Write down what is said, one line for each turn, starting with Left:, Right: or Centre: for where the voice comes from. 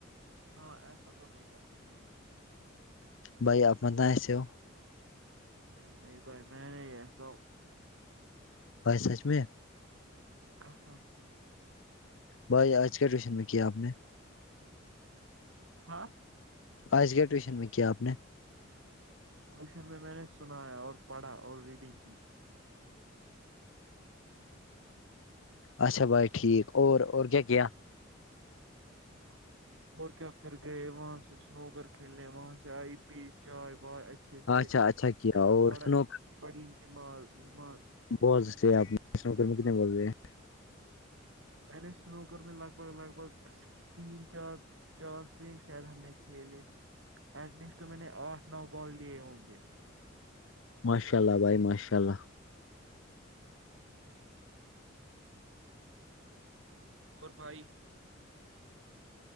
Right: ہاں ایسا تو نہیں کرنا چاہیے
Left: بائی آپنا سے
Right: نہیں نہیں بھائی میں نہیں ایسا
Left: بائی سچ میں
Right: آسام سےف
Left: بھائی آج کے ٹیوشن میں کیا آپ نے
Right: ہاں
Left: آج گ ٹویشن میں کیا آپ نے
Right: اشن میں میں نے سنایا اور پڑھا اور ریڈنگ کی
Left: اچھا بھائی ٹھیک اور اور کیا کیا
Right: ہ <unintelligible> اور کیا پھر گئے وہاں سے سنوگر کھیلنے وہاں سے آئی پی چائے وائے جچھس
Left: اچھا اچھا کیا
Right: پ
Left: اور
Right: پ
Left: سنو
Right: پڑ نماز وماز <unintelligible>
Left: بہت سے آپ نے نوکر میں کتنے بولتے ہیں
Right: پہلے سنو کر میں لگ بگ لگ بگ <unintelligible> تین چار چار فم شاید ہم نے کھیلے ایٹ لیسٹ تو میں نے آٹھ نو بال لیے ہوں گے
Left: ماشاء اللہ بھائی ماشاء اللہ
Right: اور بھائی